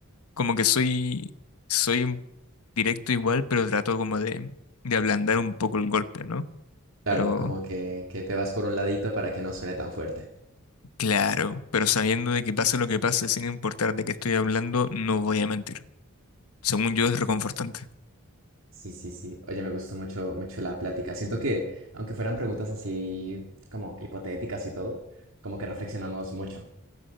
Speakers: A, on the left; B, on the right.
A: como que soy, soy directo igual, pero trato como de, de ablandar un poco el golpe, ¿no?
B: Claro,
A: Pero...
B: como que, que te vas por un ladito para que no suene tan fuerte.
A: Claro, pero sabiendo de que pase lo que pase, sin importar de qué estoy hablando, no voy a mentir. Según yo, es reconfortante.
B: Sí, sí, sí. Oye, me gustó mucho, mucho la plática. Siento que, aunque fueran preguntas así como hipotéticas y todo, como que reflexionamos mucho.